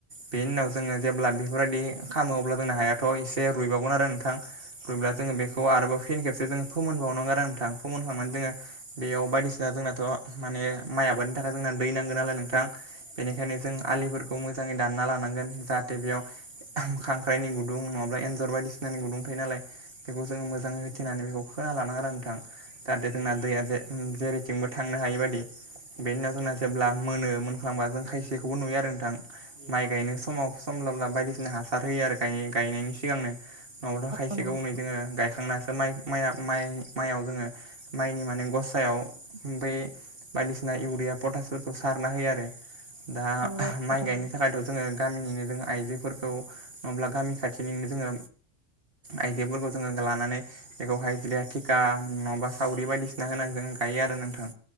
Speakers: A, on the right (about 50°); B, on the right (about 25°).
A: बेनि उनाव जोङो जेब्ला बेफोरबायदि खालामोब्ला जोंना हायाथ' एसे रुइबावगोन आरो नोंथां रुइब्ला जोङो बेखौ आरोबाव फिन खेबसे जोङो फोमोनबावनांगोन आरो नोंथां फोमोनखांनानै जोङो बेयाव बायदिसिना जोंनाथ' माने माइ आबादनि थाखाय जोंना दै नांगोन नालाय नोंथां बेनिखायनो जों आलिफोरखौ मोजाङै दानना लानांगोन जाहाथे बेयाव खांख्राइनि गुदुं नङाब्ला एन्जर बायदिसिनानि गुदुं थायो नालाय बेखौ जोङो मोजाङै होथेनानै बेखौ खोना लानांगोन आरो नोंथां जाहाथे जोंना दैया जे जेरैथिंबो थांनो हायि बायदि बेनि उनाव जोंना जेब्ला मोनो मोनख्लांबा जों खाय बेखौबो नुयो आरो नोंथां माइ गायनाय समाव सम लाब्ला बायदि सिना हासार होयो आरो गायनायनि सिगांनो नङाबाथ' खायसेखौनै
B: नंगौ नंगौ
A: जोङो गायखांनासो माइया माइ माइ माइआव जोङो माइनि माने गसायाव बै बायदिसिना इउरिया पटासफोरखौ सारना होयो आरो दा
B: नोंथां
A: माइ गायनो थाखायथ' जोङो गामिनिनो जों आइजो फोरखौ नङाब्ला गामि खाथिनिनो जोङो आइजोफोरखौ जोङो लानानै बेखौहाय इदिनो थिखा नङाबा सावरि बायदिसिना होनानै जों गायो आरो नोंथां